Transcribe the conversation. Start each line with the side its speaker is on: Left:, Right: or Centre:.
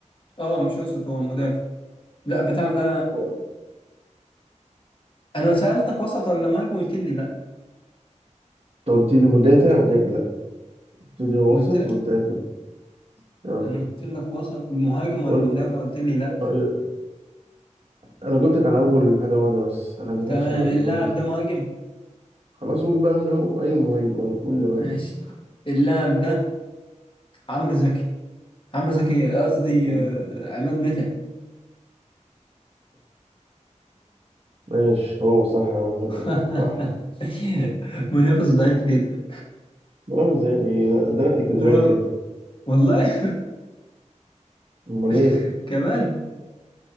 Left: اه مش وسط هو مدافع لا بتاع ده
Right: انت
Left: انا سألتك وسط ولا مهاجم قلت لي لا
Right: قلت لي مدافع قلت لك لا قلت لي وسط
Left: قلت لك
Right: قلت لك لا يلا
Left: انا قلت لك وسط مهاجم ولا
Right: قول
Left: مدافع
Right: لي بقى.
Left: قلت لي لا
Right: آه، انا جبتك على اول حاجة واحدة بس انا ما جبتكش
Left: تمام
Right: على اللي
Left: اللاعب ده مهاجم
Right: خلاص قول بقى مين هو اي مهاجم انا قول لي بقى
Left: ماشي
Right: مين
Left: اللاعب ده عمرو زكي عمرو زكي قصدي
Right: هو.
Left: آه، عماد متعب
Right: ماشي هو صح يا مجنون
Left: <laughs>
Right: صح
Left: منافس ضعيف جدا
Right: ما زي في إيه؟ ده انا اللي كسبان
Left: رو-
Right: كده
Left: والله
Right: امال ايه
Left: <laughs> كمان